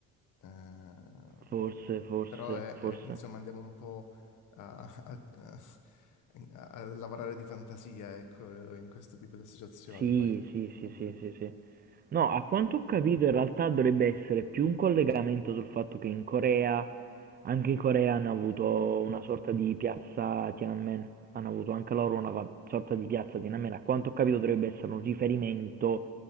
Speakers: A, on the left; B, on the right.
A: Eh,
B: forse, forse,
A: però, è-
B: forse.
A: è- insomma, andiamo un po' a, a- a- a lavorare di fantasia, ecco, in questo tipo di associazione.
B: Sì,
A: Poi,
B: sì,
A: vabbè.
B: sì, sì, sì, sì. No, a quanto ho capito in realtà dovrebbe essere più un collegamento sul fatto che in Corea, anche in Corea hanno avuto una sorta di piazza Tiananmen, hanno avuto anche loro una va- sorta di piazza Tiananmen, a quanto ho capito dovrebbe essere un riferimento